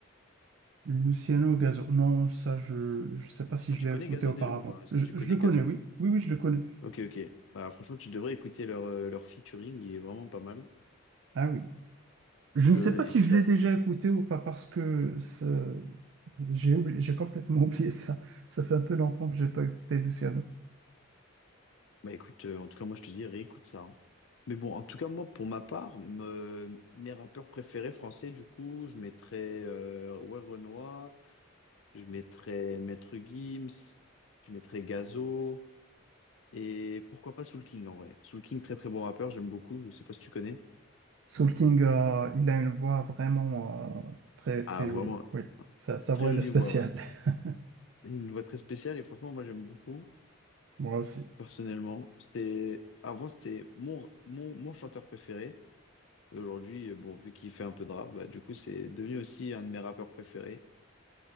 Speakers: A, on the right (about 65°); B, on the left (about 65°).
A: Luciano Gazo. Non, ça, je ne sais pas si
B: Ah,
A: je
B: tu
A: l'ai
B: connais
A: écouté
B: Gazo
A: auparavant.
B: déjà ou pas? Est-ce
A: Je,
B: que tu
A: je
B: connais
A: le connais,
B: Gazo?
A: oui. Oui, oui, je le connais.
B: Ok, ok. Bah franchement, tu devrais écouter leur, euh, leur featuring, il est vraiment pas mal.
A: Ah oui. Je
B: Le,
A: ne sais pas si
B: et ça,
A: je
B: ça
A: l'ai déjà écouté ou pas parce que ça- j'ai oublié, j'ai complètement <laughs> oublié ça. Ça fait un peu longtemps que j'ai pas écouté Luciano.
B: Bah écoute, euh, en tout cas, moi je te dis, réécoute ça. hein. Mais bon, en tout cas, moi, pour ma part, me- mes rappeurs préférés français, du coup, je mettrais euh, ouais, Renoir, je mettrais Maître Gims, je mettrais Gazo, et pourquoi pas Soul King en vrai. Soul King, très très bon rappeur, j'aime beaucoup, je sais pas si tu connais.
A: Soul King, euh, il a une voix vraiment euh, très, très
B: Ah, vraiment,
A: jolie. Oui, sa, sa
B: très
A: voix,
B: jolie
A: elle est spéciale.
B: voix, ouais.
A: <laughs>
B: Une voix très spéciale, et franchement, moi j'aime beaucoup,
A: Moi aussi.
B: personnellement. C'était, avant, c'était mon, mon, mon chanteur préféré. Et Aujourd'hui, euh, bon, vu qu'il fait un peu de rap, bah, du coup, c'est devenu aussi un de mes rappeurs préférés.